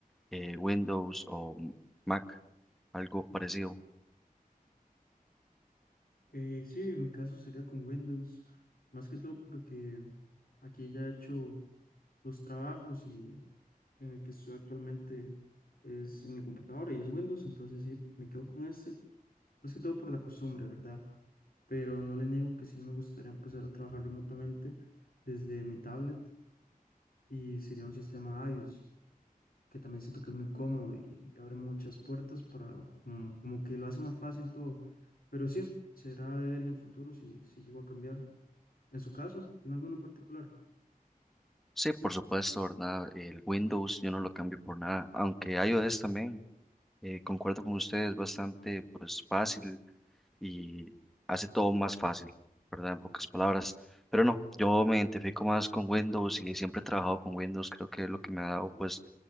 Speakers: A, in the centre; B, on the left (about 75°).
A: eh, Windows o Mac, algo parecido.
B: Eh, sí, en mi caso sería con Windows, más que todo porque aquí ya he hecho dos trabajos y en el que estoy actualmente es en mi computadora y es Windows, entonces sí, me quedo con este, más que todo por la costumbre, ¿verdad? pero no le niego que sí me gustaría empezar a trabajar remotamente desde mi tablet y sería un sistema iOS, que también siento que es muy cómodo y, y abre muchas puertas para, como, como que lo hace más fácil todo. Pero sí, será de ver en el futuro si, si llego a cambiar. En su caso, ¿tiene alguno en particular?
A: Sí, por supuesto, ¿verdad? El Windows yo no lo cambio por nada, aunque iOS también, eh, concuerdo con usted, es bastante pues fácil y hace todo más fácil, ¿verdad? En pocas palabras. Pero no, yo me identifico más con Windows y siempre he trabajado con Windows. Creo que es lo que me ha dado pues